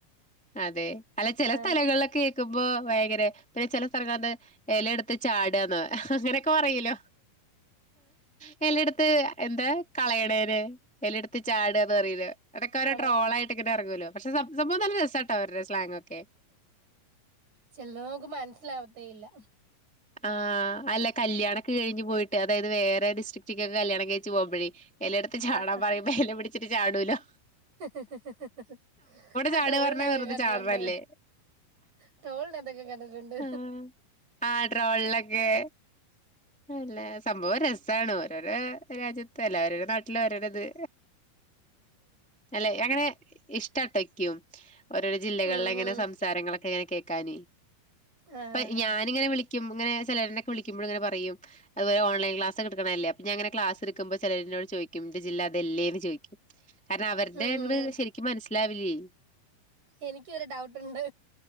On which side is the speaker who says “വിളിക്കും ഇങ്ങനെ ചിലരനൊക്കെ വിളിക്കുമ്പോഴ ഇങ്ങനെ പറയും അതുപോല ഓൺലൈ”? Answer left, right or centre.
Centre